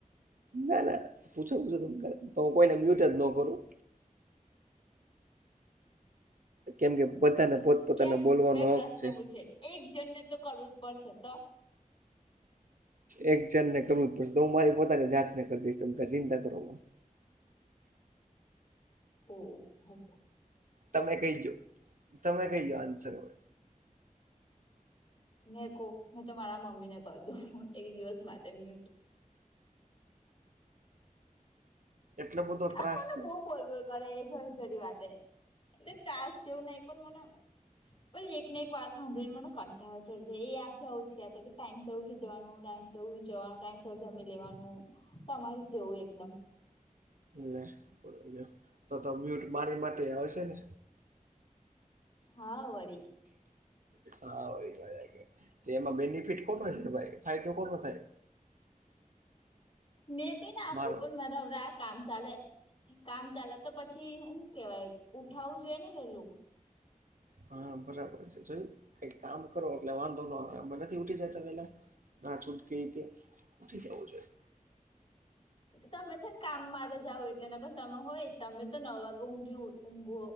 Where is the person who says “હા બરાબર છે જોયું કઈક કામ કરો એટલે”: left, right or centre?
Right